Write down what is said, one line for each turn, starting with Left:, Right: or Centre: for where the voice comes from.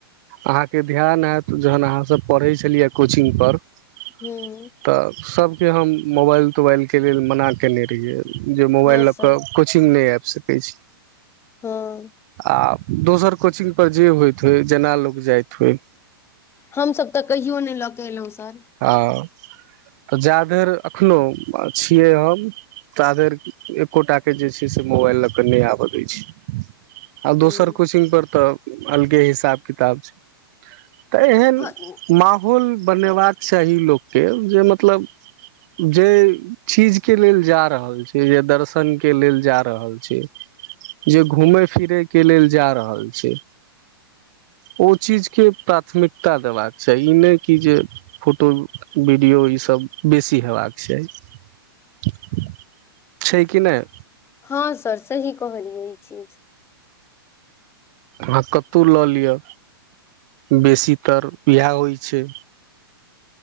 Right: अहाँ के ध्यान हैत जहन अहाँसभ पढ़ै छलियै कोचिंग पर तऽ
Left: हूँ
Right: सभके हम मोबाइल तोबाइल के लेल मना कयने रहियै जे मोबाइल
Left: हँ
Right: लऽ
Left: सर
Right: कऽ कोचिंग नइ आइब सकै छै
Left: हँ
Right: आ दोसर कोचिंग पर जे होइत होइ जेना लोक जाइत होइ
Left: हमसभ तऽ कहियो नइ लऽ कऽ एलहुँ सर
Right: आ तऽ जा धैर एखनोहु छियै हम ता धैर एक्कोटा के जे छै से मोबाइल लऽ कऽ नइ आबय दय छियै आ
Left: हूँ,
Right: दोसर कोचिंगपर तऽ अलगे हिसाब किताब छै तऽ एहन
Left: हँ
Right: माहौल बनेबाक चाही लोक के जे मत मतलब जइ चिज के लेल जा रहल छी जे दर्शन के लेल जा रहल छी जे घुमै फिरै के लेल जा रहल छी ओ चीज के प्राथमिकता देबाक चाही ई नइ कि जे फोटो वीडियो ई सब बेसी हेबाक चाही छै कि नय
Left: हँ सर सही कहलियै ई चीज
Right: अाँ कतउ लऽ लिअ बेसीतर इएह होइ छै